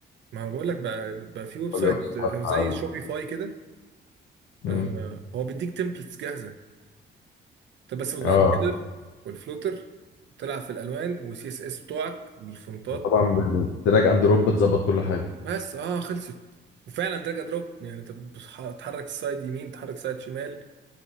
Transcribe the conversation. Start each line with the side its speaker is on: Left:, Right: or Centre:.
Right: ما انا بقول لك بقى بقى في ويب سايت
Left: هو اليو اكس
Right: آه، زي
Left: قوي
Right: شوبيفاي كده
Left: مم.
Right: آه هو بيديك تمبلتس جاهزة انت بس بتغير
Left: اه
Right: الهيدر والفلوتر وتلعب في الالوان والسي اس اس بتوعك بالفونتات
Left: وطبعا بالدراج اند دروب بتظبط كل حاجه
Right: بس اه خلصت وفعلا دراج أند دروب يعني انت بتح- تحرك السايد يمين تحرك سايد شمال